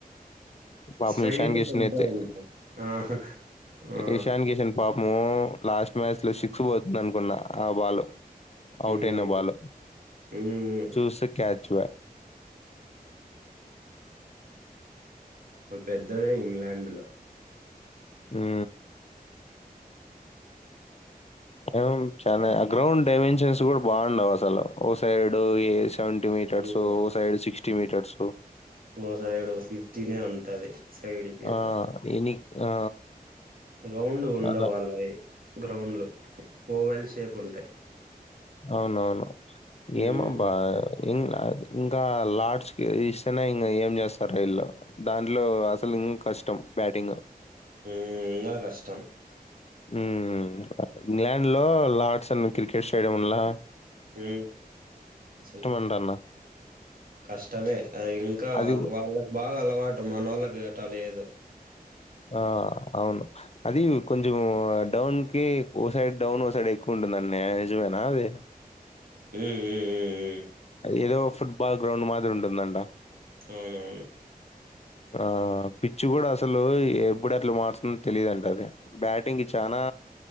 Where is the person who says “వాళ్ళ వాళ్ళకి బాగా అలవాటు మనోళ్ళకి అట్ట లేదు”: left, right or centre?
Right